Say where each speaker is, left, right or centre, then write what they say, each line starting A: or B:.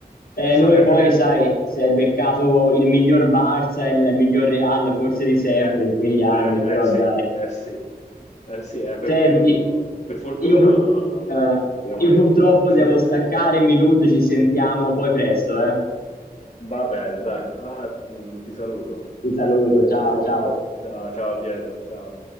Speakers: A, on the left; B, on the left.
A: Eh,
B: <laughs> Sarebbe
A: noi poi, sai, si è beccato il miglior Barça e il miglior Real forse di sempre
B: Eh,
A: in quegli anni,
B: eh,
A: però
B: eh, sì,
A: dai.
B: eh sì, eh sì, è per
A: Senti,
B: quello dico. Per fortuna,
A: io, pur- eh,
B: speriamo
A: io
B: di
A: purtroppo
B: no, dai. <laughs>
A: devo staccare, Milud, ci sentiamo poi presto, eh.
B: Va bene, dai. Ah, mh, ti saluto.
A: Ti saluto, ciao,
B: Mm.
A: ciao.
B: Ciao, ciao Pietro, ciao.